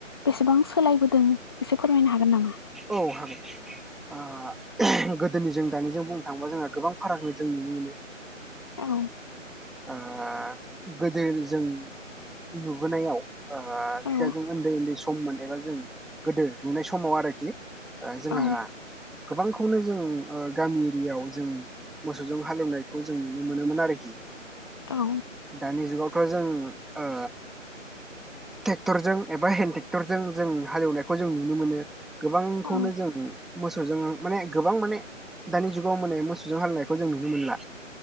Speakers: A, on the left; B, in the centre.
A: बेसेबां सोलायबोदों एसे फोरमायनो हागोन नामा?
B: औ हागोन। ओ गोदोनि जों दानिजों बुंनो थाङोबा जोंहा गोबां फाराग जों नुनो मोनो।
A: औ।
B: ओ गोदो जों नुबोनायाव ओ जिथिया
A: औ
B: जों उन्दै उन्दै सममोन एबा जों गोदो नुनाय समाव आरोखि ओ जोंहा
A: औ
B: गोबांखौनो जों गामि एरियायाव जों मोसौजों हालेवनायखौ जों नुनो मोनोमोन आरोखि
A: औ
B: दानि जुगाव थ' जों ओ ट्रेक्टरजों एबा हेन्द ट्रेक्टरजों जों हालेवनायखौ जों नुनो मोनो। गोबांखौनो
A: औ
B: जों मोसौजों माने गोबां माने दानि जुगाव माने मोसौजों हालेवनायखौ जों नुनो मोनला।